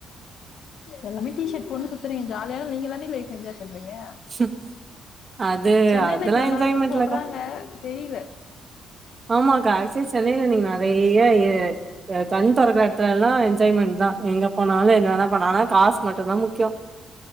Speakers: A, on the left; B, on the right.
A: எல்லாமே டீ ஷர்ட் போட்டு சுத்துறீங்க ஜாலியா நீங்கதான்டி லைப் என்ஜாய் பண்றீங்க
B: ம் அது
A: சென்னை
B: அதெல்லா
A: லைஃப் நல்லா
B: என்ஜாய்
A: இருக்கும்னு
B: மெண்ட்ல்லக்கா
A: சொல்றாங்க தெரியல
B: ஆமாக்கா ஆக்ச சென்னையில நீங்க நெறைய ஏ பே கண் தொறக்கிற எடத்து எல்லா என்ஜாய்மெண்ட்தா எங்க போனாலு என்ன வேண பண் காசு மட்டுதா முக்கியோ